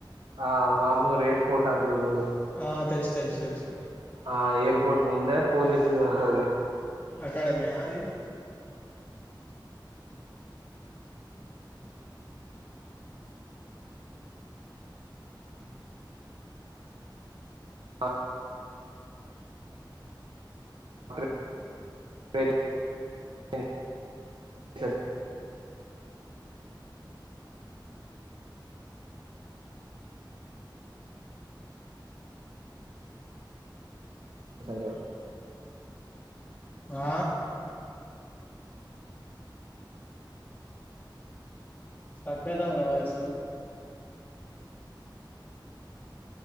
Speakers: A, on the right (about 80°); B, on the left (about 25°).
A: ఆ మామ్నూరు ఎర్పోర్ట్ అంటున్రు
B: ఆ తెలుసు తెలుసు తెలుసు
A: ఆ ఏయిర్పోర్ట్ ముందే పోలీసు ఉంటంది
B: అకాడమీ ఆ అది
A: అ స స సండే
B: ఆ స్ట్రక్ అయితాంది రా వాయిసు